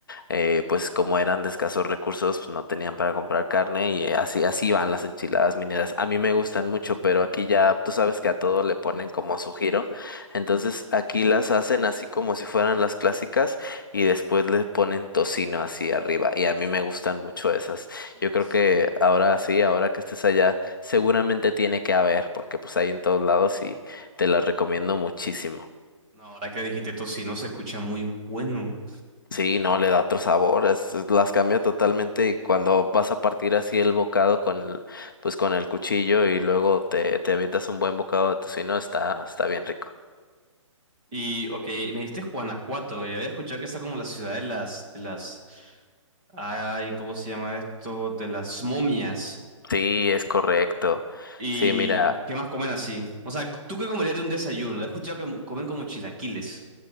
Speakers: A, on the left; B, on the right.
A: eh, pues como eran de escasos recursos, pues no tenían para comprar carne y eh, así, así van las enchiladas mineras. A mí me gustan mucho, pero aquí ya tú sabes que a todo le ponen como su giro. Entonces aquí las hacen así como si fueran las clásicas y después le ponen tocino así arriba. Y a mí me gustan mucho esas.
B: Uf,
A: Yo creo que ahora sí, ahora que estés allá, seguramente tiene que haber, porque pues hay en todos lados y te las recomiendo muchísimo.
B: No, ahora que dijiste tocino se escucha muy bueno.
A: Sí, no, le da otro sabor, es- es- las cambia totalmente y cuando vas a partir así el bocado con el, pues con el cuchillo y luego te, te avientas un buen bocado de tocino, está, está bien rico.
B: Y, ok, me dijiste Guanajuato, yo había escuchado que está como la ciudad de las, de las, ay, ¿cómo se llama esto? De las momias.
A: Sí, es correcto.
B: ¿Y
A: Sí, mira,
B: qué más comen así? O sea, ¿tú qué comerías de un desayuno? He escuchado que comen como chilaquiles.